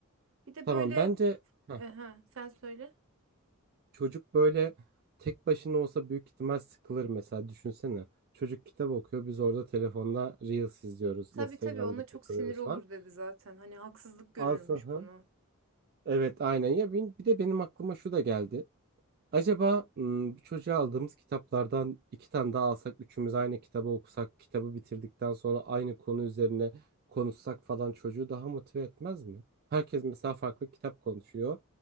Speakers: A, on the right; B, on the right.
A: Bir de
B: Tamam
A: böyle
B: bence heh,
A: Aha, sen söyle.
B: çocuk böyle tek başına olsa büyük ihtimal sıkılır mesela düşünsene. Çocuk kitap okuyor biz orada telefonda Reels izliyoruz.
A: Tabii
B: Instagram'da
A: tabii ona
B: takılıyoruz
A: çok sinir olur
B: falan.
A: dedi zaten. Hani haksızlık görürmüş
B: Alsın ha.
A: bunu.
B: Evet aynen ya bin- bir de benim aklıma şu da geldi. Acaba ım, bu çocuğa aldığımız kitaplardan iki tane daha alsak, üçümüz aynı kitabı okusak, kitabı bitirdikten sonra aynı konu üzerine konuşsak falan çocuğu daha motive etmez mi? Herkes mesela farklı kitap konuşuyor.